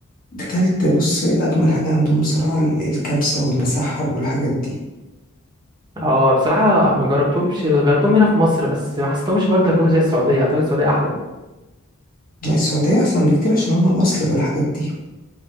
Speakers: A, on the left; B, on the right.
A: اكلت بص اجمل حاجه عندهم بصراحه ال- الكبسه والمسحب والحاجات دي
B: اه بصراحه ما جربتهمش بس جربتهم هنا في مصر بس ما حسيتهمش برضه هيكونوا زي السعوديه اعتقد السعوديه احلى
A: لا السعوديه احسن بكتير عشان هم الاصل في الحاجات دي